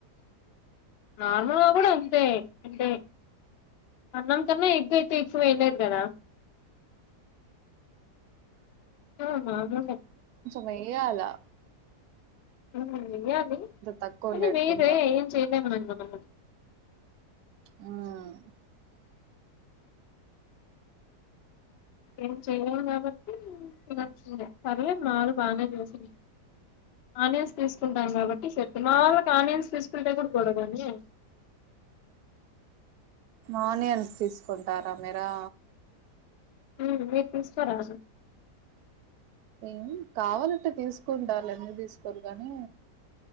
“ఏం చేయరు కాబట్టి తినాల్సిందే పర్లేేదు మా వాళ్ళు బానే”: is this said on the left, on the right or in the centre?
Left